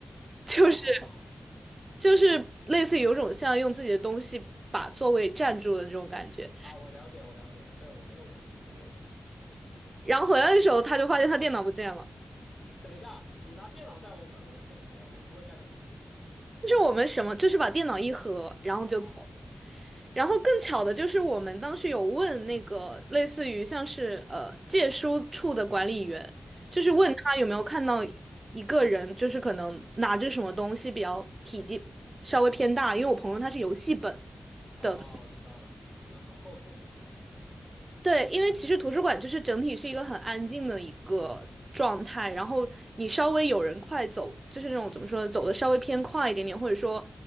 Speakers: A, on the right; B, on the left.
A: 就是。
B: 啊
A: 就是类似于有种像用自己的东西把座位占住的这种感觉。
B: 啊，我了解，我了解。对，我觉得我们我们这也会这么做。对，
A: 然后回来的时候，他就发现他电脑不见了。
B: 等一下，你拿电脑在我们，我们确实没有，我们不会干这种事情的。
A: 就是我们什么，就是把电脑一合，然后就走。
B: 啊，
A: 然后更巧的就是，我们当时有问那个类似于像是呃借书处的管理员，就是问他有没有看到
B: 嗯，
A: 一个人，就是可能拿着什么东西比较体积稍微偏大，因为我朋友他是游戏本。
B: 哦，
A: 的。
B: 我知道了，相当很厚重的一个电电脑本。
A: 对，因为其实图书馆就是整体是一个很安静的一个状态，然后你稍微有人快走，就是那种怎么说呢，走的稍微偏快一点点，或者说，